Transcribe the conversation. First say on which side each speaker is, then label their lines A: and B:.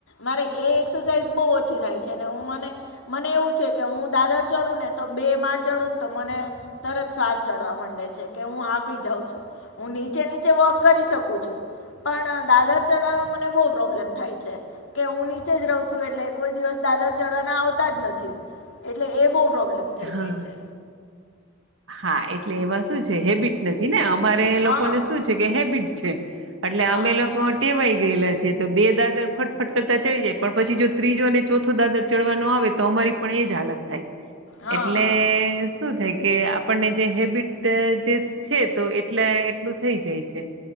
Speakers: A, on the left; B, on the right.
A: મારે એ એક્સરસાઇઝ બહુ ઓછી થાય છે, ને હું મને મને એવું છે કે હું દાદર ચડું ને તો બે માળ ચડું ને તો મને તરત શ્વાસ ચડવા માંડે છે કે હું હાફી જઉ છું હું ની ચે નીચે વોક કરી શકું છું, પણ દાદર ચડવામાં મને બહુ પ્રોબ્લેમ થાય છે કે હું નીચે જ રહઉું છું, એટલે કોઈ દિવસ દાદર ચડવાના આવતા જ નથી એટલે એ બહુ પ્રોબ્લેમ થઈ
B: હા
A: જાય છે.
B: હા એટલે એમાં શું છે, હેબિટ નથી ને અમારે
A: હા
B: લોકોને શું છે કે હેબિટ છે એટલે
A: હા
B: અમે લોકો ટેવાય ગયેલા છે તો બે દાદર ફટફટ કરતા ચડી જાય પણ પછી જો ત્રીજો અને ચોથો દાદર ચડવાનો આવે તો અમ રે પણ એ જ હાલત થાય
A: હા
B: એટલે
A: હા
B: શું થાય કે આ પણને જે હેબિટ જે છે, તો એટલા એટલું થઈ જાય છે